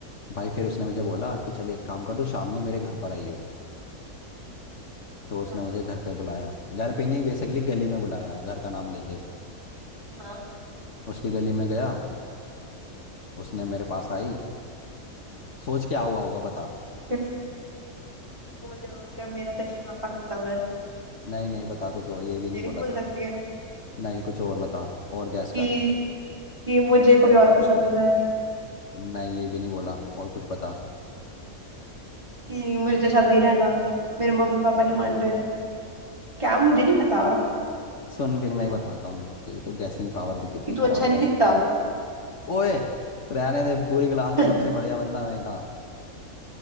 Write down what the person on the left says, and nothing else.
भाई फिर उसने मुझे बोला कि चल एक काम कर दो शाम में मेरे घर पर आई हो तो उसने
मुझे घर पे बुलाया घर पे नहीं बेसिकली गली में बुलाया घर का नाम लेके
उसकी गली में गया उसने मेरे पास आई सोच क्या हुआ होगा बता
नहीं नहीं बता कुछ और ये भी नहीं
बोला
था
नहीं कुछ और बता और गैस
कर
नहीं ये भी नहीं बोला और कुछ बता
सुन फिर मैं बताता हूँ तेरी तो गैसिंग पावर भी कितनी
खराब
है
ओए रहने दे पूरी क्लास
में सबसे बढ़िया बंदा मैं ही था